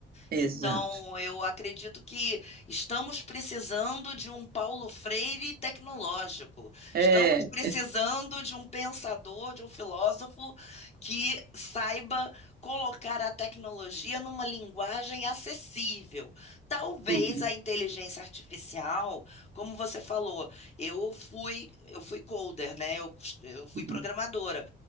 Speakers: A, on the right; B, on the left.
A: exato.
B: Então, eu acredito que estamos precisando de um Paulo Freire tecnológico.
A: É,
B: Estamos precisando de um pensador, de um filósofo que saiba colocar a tecnologia numa linguagem acessível. Talvez
A: uhum,
B: a inteligência artificial, como você falou, eu fui, eu fui coder, né? Eu, eu fui
A: uhum,
B: programadora.